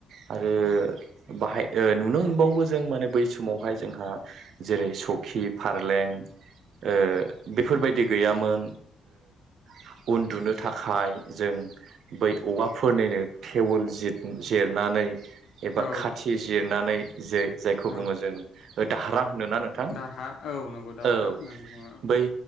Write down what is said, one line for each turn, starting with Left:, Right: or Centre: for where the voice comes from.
Right: आरो बाहाय ओ नुनो मोनबावो जों माने बै समावहाय जोंहा जेरै सौखि फारलें ओ बेफोर बायदि गैयामोन ओ उन्दुनो थाखाय जों बै औवाफोर निनो फेवल जिर जिरना नै
Left: औ
Right: खाथि जिरनानै जे जायखौ
Left: औ
Right: बुङो जों दाहारा। होनोना नोंथां
Left: दारहा औ नंगौ दारहा
Right: औ
Left: होननानै बुङो
Right: बै